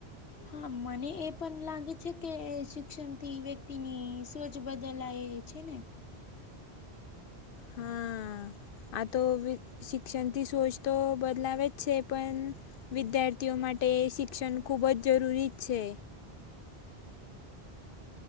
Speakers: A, on the left (about 80°); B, on the left (about 60°).
A: હા મને એ પણ લાગે છે કે શિક્ષણ થી વક્ તેની સોચ બદલાય છે ને.
B: હા. આ તો શિક્ષણથી સોચ તો બદલાવે જ છે પણ વિદ્યાર્થીઓ માટે શિક્ષણ ખૂબ જ જરૂરી છે.